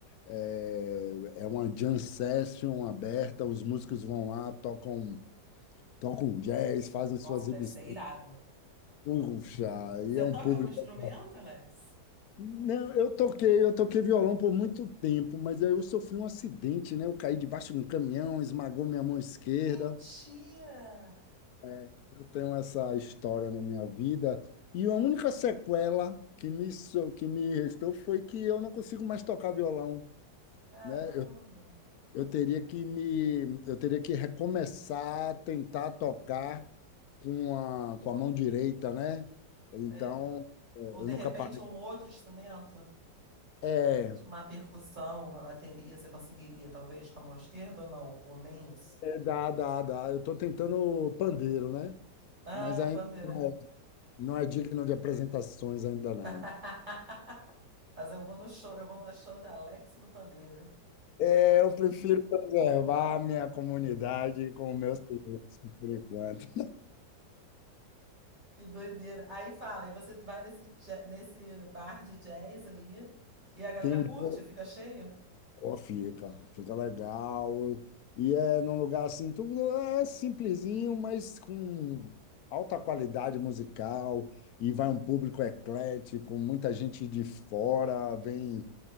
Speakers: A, on the left; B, on the right.
A: é, é uma jam session aberta, os músicos vão lá, tocam, tocam jazz, fazem suas
B: Nossa,
A: exibições.
B: deve ser irado.
A: Puxa,
B: Você
A: e é um
B: toca
A: público.
B: algum instrumento, Alex?
A: Não, eu toquei, eu toquei violão por muito tempo, mas aí eu sofri um acidente, né? Eu caí debaixo de um caminhão, esmagou minha mão esquerda.
B: Mentira!
A: É, eu tenho essa história na minha vida. E a única sequela que me, so- que me restou foi que eu não consigo mais tocar violão,
B: Caramba!
A: né? Eu, eu teria que me, eu teria que recomeçar a tentar tocar com a, com a mão direita, né? Então,
B: É.
A: é,
B: Ou de
A: eu nunca
B: repente
A: parei.
B: um outro instrumento,
A: É,
B: tipo uma percussão, uma bateria, você conseguiria, talvez, com a mão esquerda ou não? Ou nem isso?
A: Dá, dá, dá. Eu estou tentando pandeiro, né?
B: Ah,
A: Mas
B: é
A: ainda
B: a pandeira.
A: não não é digno de apresentações ainda não.
B: <laughs> Mas eu vou no show, eu vou no show de Alex do Pandeiro.
A: É, eu prefiro preservar a minha comunidade com os meus clientes, por enquanto.
B: Que doideira. Aí fala, aí você vai nesse, ja- nesse bar de jazz aí, e a galera
A: Tem um
B: curte,
A: dia,
B: fica cheio?
A: ó, fica, fica legal. E é num lugar assim, tudo é simplesinho, mas com alta qualidade musical. E vai um público eclético, muita gente de fora, vem